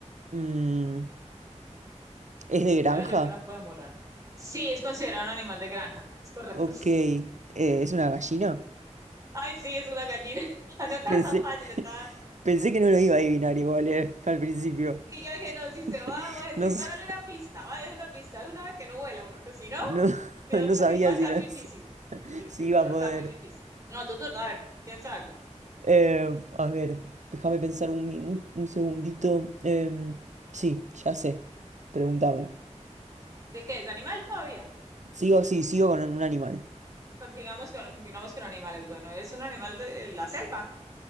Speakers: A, on the right (about 75°); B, on the right (about 25°).
A: Mm, ¿es de granja?
B: Creo yo que no pueden volar. Sí, es considerado un animal de granja. Es correcto.
A: Ok,
B: <laughs>
A: eh, ¿es una gallina?
B: Ay, sí, es una gallina. <laughs> No estaba
A: Pensé,
B: tan fácil,
A: <laughs>
B: estaba.
A: pensé que no lo iba a adivinar igual, eh, al principio.
B: Y yo dije, no, si se
A: <laughs>
B: va, voy a decir,
A: No, s-
B: voy a darle una pista, voy a darle una pista de una vez que no vuela, porque si no,
A: no, <laughs>
B: sí
A: no
B: va a estar,
A: sabía
B: di- va a estar
A: si, lo-
B: difícil.
A: si
B: Sí,
A: si
B: sí,
A: iba
B: sí, va
A: a poder.
B: a estar muy difícil. No, tu turno, a ver, piensa algo.
A: Eh, a ver, déjame pensar un, minu- un segundito. Em, sí, ya sé. Pregúntame.
B: ¿De qué es? ¿Animal todavía?
A: Sigo, sí, sigo con un animal.
B: Continuamos con, continuamos con animales. Bueno, ¿es un animal de, de la selva?